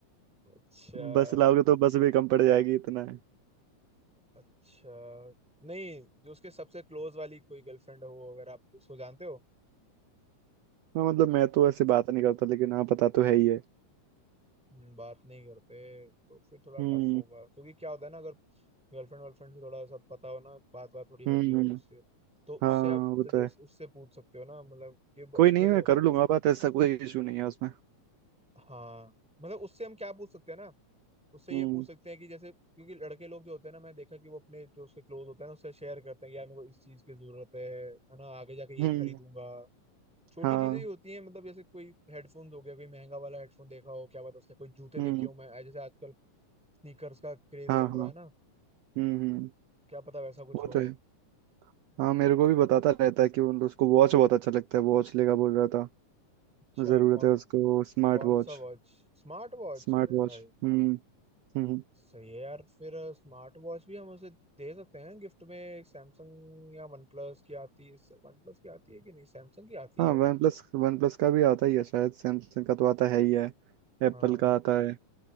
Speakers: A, in the centre; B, on the right.
A: अच्छा
B: <laughs> बस लाओगे तो बस भी कम पड़ जाएगी इतना है
A: अच्छा नहीं जो उसके सबसे क्लोज वाली कोई गर्लफ्रेंड हो अगर आप उसको जानते हो
B: हाँ मतलब मैं तो ऐसे बात नहीं करता लेकिन हाँ पता तो है ही है
A: हम्म, बात नहीं करते तो फिर थोड़ा
B: हम्म
A: टफ होगा क्योंकि क्या होता है ना अगर गर्लफ्रेंड वर्लफ्रेंड से थोड़ा सब पता हो ना बात बात थोड़ी होती
B: हम्म
A: हो
B: हम्म,
A: उससे तो
B: हाँ
A: उससे आप
B: वो तो
A: सजेस्ट
B: है
A: उससे पूछ सकते हो ना मतलब कि ब-
B: कोई नहीं
A: देखो
B: मैं कर लूंगा बात ऐसा कोई इशू नहीं है उसमें
A: हाँ मतलब उससे हम क्या पूछ सकते हैं ना उससे
B: हम्म
A: ये पूछ सकते हैं कि जैसे क्योंकि लड़के लोग जो होते हैं ना मैं देखा कि वो अपने जो उसके क्लोज होते हैं ना उससे शेयर करते हैं कि यार मेरे को इस चीज की जरूरत है है ना आगे जाके ये
B: हम्म
A: खरीदूंगा छोटी
B: हाँ
A: चीजें ही होती हैं मतलब जैसे कोई हेडफोन हो गया कोई महंगा वाला हेडफोन देखा हो क्या पता उसने कोई जूते
B: हम्म
A: देखे हो मैं जैसे आजकल स्नीकर्स का क्रेज
B: हाँ
A: चल रहा
B: हाँ
A: है ना
B: हम्म हम्म
A: क्या पता वैसा कुछ
B: वो
A: हो
B: तो है हाँ मेरे को भी बताता रहता है कि उन उसको वॉच बहुत अच्छा लगता है वॉच लेगा बोल रहा था
A: अच्छा
B: जरूरत
A: कौन
B: है उसको स्मार्ट
A: कौन
B: वॉच
A: सा वॉच Smart watch
B: Smart
A: अरे
B: watch
A: भाई
B: हम्म हम्म हम्म।
A: सही है यार फिर स्मार्ट वॉच भी हम उसे दे सकते हैं गिफ्ट में एक सैमसंग या वन प्लस की आती है वन प्लस की आती है कि नहीं सैमसंग की आती
B: हाँ
A: है
B: वन प्लस वन प्लस का भी आता ही है शायद सैमसंग का तो आता है ही है एप्पल
A: हाँ
B: का आता है